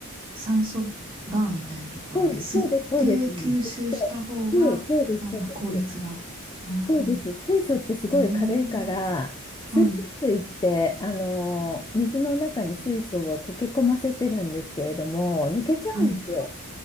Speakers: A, on the right (about 25°); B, on the left (about 20°).
A: 酸素バーみたいなところで吸って吸収した方が、
B: そう、そうです、そうですね。でそう、そうです、
A: あの、
B: そうです。
A: 効率が。ああ、
B: そうです。水素ってすごい軽いから、
A: うーん。はい。
B: 水素水って、あの、水の中に水素を溶け込ませてるんですけれども、抜けちゃうんですよ。
A: はい。